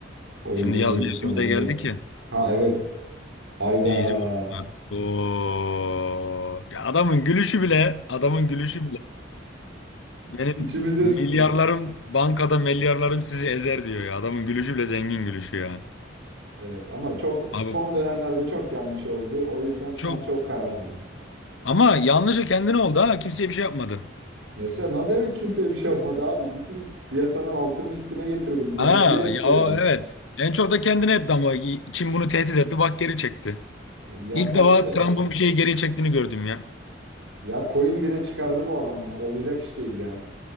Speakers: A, on the right (about 75°); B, on the left (about 80°).
A: O
B: Şimdi
A: yüzden
B: yaz
A: Gürcistan'dan
B: mevsimi de geldi
A: demem.
B: ki
A: Ha evet. Hayda.
B: iyice uçtular. Oo. Ya adamın gülüşü bile, adamın gülüşü bile. Benim
A: <laughs> İçimizi
B: milyarlarım
A: ısıtıyor.
B: bankada milyarlarım sizi ezer diyor ya. Adamın gülüşü bile zengin gülüşü ya.
A: Evet ama çok
B: Abi
A: son dönemlerde çok yanlış oldu. O yüzden şu
B: çok
A: an çok kararsızım.
B: Ama yanlışı kendine oldu ha. Kimseye bir şey yapmadı.
A: Neyse ne demek kimseye bir şey yapmadı abi. Bütün piyasanın altını üstüne getirdi. Manipüle
B: Ha
A: etti
B: Evet. ya
A: yani.
B: o evet. En çok da kendine etti ama Çin bunu tehdit etti. Bak geri çekti.
A: Ya
B: İlk
A: tabii
B: defa
A: de.
B: Trump'ın bir şeyi geri çektiğini gördüm ya.
A: Ya coin bile çıkardı bu adam ya. Olacak iş değil ya.